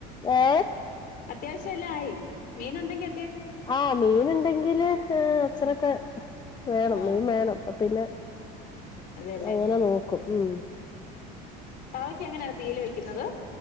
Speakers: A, on the left; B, on the left.
A: ഏ
B: അത്യാവശ്യമെല്ലാം ആയി. മീനു- ണ്ടെങ്കി
A: ആഹ് മീന്, ണ്ടെങ്കില് ഏഹ് അച്‌ഛനൊക്കെ
B: ആഹ്
A: വേണം
B: ആഹ്
A: മീൻ വേണം. അപ്പൊ പിന്നെ
B: അതെല്ലേ
A: അങ്ങനെ നോക്കും. ഉം
B: പാവയ്ക്ക എങ്ങനെയാണ് തീയല് വെയ്ക്കുന്നത്?